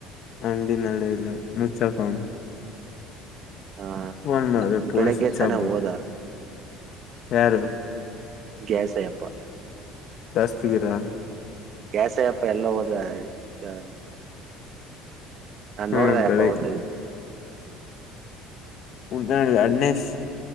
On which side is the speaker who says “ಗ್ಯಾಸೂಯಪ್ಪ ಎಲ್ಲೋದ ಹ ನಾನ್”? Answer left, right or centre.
Right